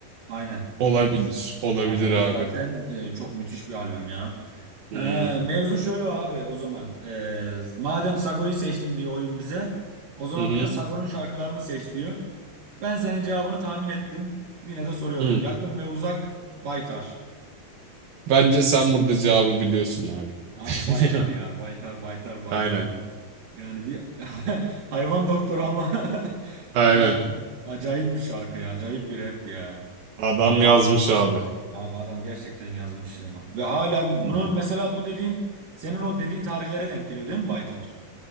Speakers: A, on the right; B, on the right.
A: Aynen.
B: Olabilir. Olabilir
A: Yani o
B: abi.
A: da zaten e, çok müthiş bir albüm ya.
B: Hmm.
A: E, mevzu şöyle abi o zaman. E, madem Sago'yu seçtin diyor oyun bize. O zaman
B: Hı hı.
A: bir de Sago'nun şarkılarını seç diyor. Ben senin cevabını tahmin ettim. Yine de soruyorum.
B: Hı.
A: Yakın ve uzak Baytar.
B: Bence sen burada cevabı biliyorsun abi.
A: Abi
B: <laughs>
A: Baytar ya. Baytar, Baytar, Baytar.
B: Aynen.
A: Yani bir <laughs> hayvan doktoru ama <laughs>
B: Aynen.
A: Ya, acayip bir şarkı ya. Acayip bir rap ya.
B: Adam
A: Anladım.
B: yazmış abi.
A: Abi adam gerçekten yazmış ya. Ve hala bunu
B: Hı hı.
A: mesela bu dediğin senin o dediğin tarihlere denk geliyor değil mi Baytar?